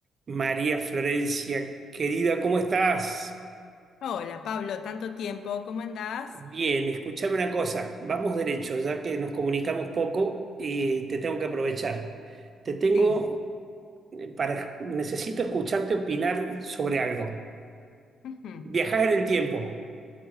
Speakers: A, on the right; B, on the left.
A: María Florencia, querida, ¿cómo estás?
B: Hola Pablo, tanto tiempo, ¿cómo andás?
A: Bien, escúchame una cosa, vamos derecho, ya que nos comunicamos poco y te tengo que aprovechar. Te tengo
B: Sí,
A: eh, para, necesito escucharte opinar sobre algo.
B: ujú,
A: Viajás en el tiempo